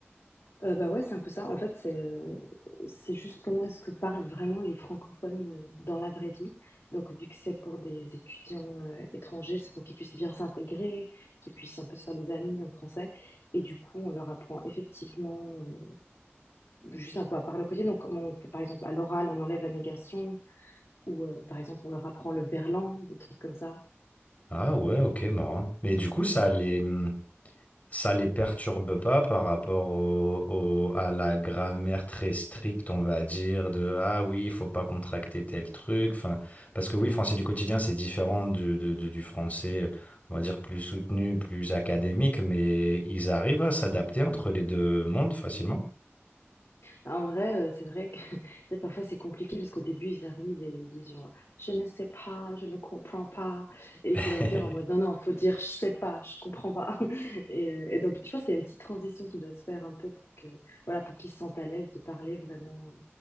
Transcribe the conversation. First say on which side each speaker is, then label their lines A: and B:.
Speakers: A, on the left; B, on the left.
A: Euh, bah ouais, c'est un peu ça. En fait, c'est euh, c'est juste comment est-ce que parlent vraiment les francophones euh, dans la vraie vie. Donc vu que c'est pour des étudiants euh, étrangers, c'est pour qu'ils puissent bien s'intégrer, qu'ils puissent un peu se faire des amis en français. Et du coup, on leur apprend effectivement. euh, juste un peu à part le quotidien. Donc, comment on fait, par exemple, à l'oral, on enlève la négation, ou euh, par exemple, on leur apprend le verlan, des trucs comme ça.
B: Ah ouais, ok, marrant. Mais du coup, ça allait. ça les perturbe pas par rapport au, au- à la grammaire très stricte, on va dire, de ah oui, il faut pas contracter tel truc. Enfin, parce que oui, français du quotidien, c'est différent du, de- de- du français, on va dire, plus soutenu, plus académique, mais ils arrivent à s'adapter entre les deux mondes facilement.
A: Bah, En vrai, heu, c'est vrai que <laughs> c'est vrai que parfois c'est compliqué parce qu'au début ils arrivent et ils disent genre: «Je ne sais pas, je ne comprends pas» et
B: <laughs>
A: il faut leur dire en mode: «Non, non, faut dire je sais pas, je comprends pas» <laughs> et heu et donc je pense qu'il y a une petite transition qui doit se faire un peu pour que voilà, pour qu'ils se sentent à l'aise de parler vraiment, heu,